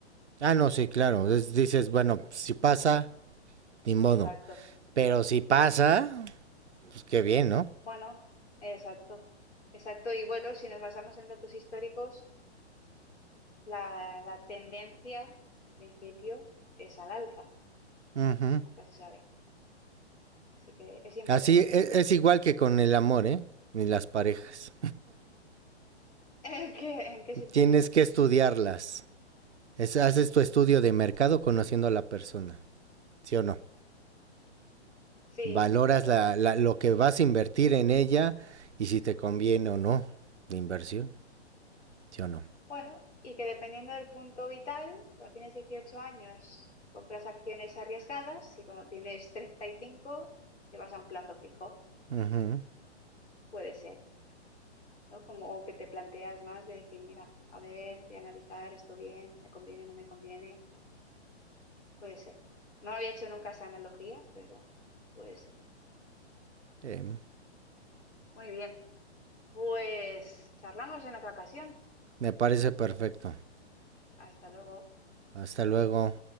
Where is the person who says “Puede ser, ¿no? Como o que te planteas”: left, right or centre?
Left